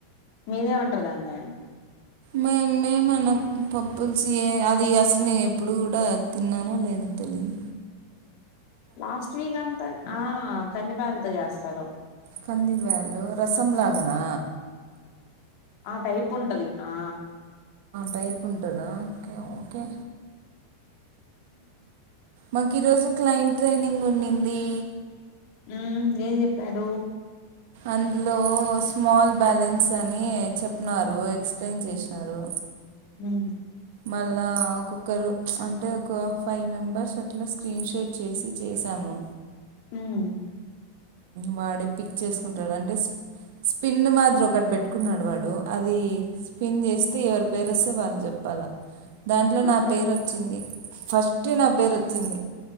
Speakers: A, on the left; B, on the right.
A: మీరేమంటారుదా అండిే
B: మేముేమన్నా పప్పుల్స్ అది అసలు నేను ఎప్పుడు కూడా తిన్నాన లేదు తెలిదు
A: లాస్ట్ వీక్ అంతా ఆ కందిపాలతో చేస్తారు
B: కంది బేలుు రసం లాగనా
A: ఆ టైప్ ఉంటది ఆ
B: టైప్ ఉంటుందా ఓకే ఓకే మాకు ఈరోజు క్లయింట్ ట్రైనింగ్ ఉండింది
A: ఉ ఏం చెప్పారు
B: అందులో స్మాల్ బ్యాలెన్స్ అని చెప్న్నారు ఎక్స్ప్లెయిన్ చేసినారు
A: హ
B: మళ్ళా ఒొక్కరు అంటే ఒక ఫైవ్ మెంబర్స్ అట్లా స్క్రీన్ షాట్ చేశాము
A: మ్మ్
B: వాడే పిక్ చేసుకుంటడు అంటే స్పిన్ మాత్ర ఒకటి పెట్టుకున్నాడు వాడు అది స్పిన్ చేస్తే ఎవరి పేరు వస్తే వాళ్ళు చెప్ చెప్పాల దాంట్లో
A: ఆహా
B: నా పేరు వచ్చింది ఫస్ట్ నా పేరు వచ్చింది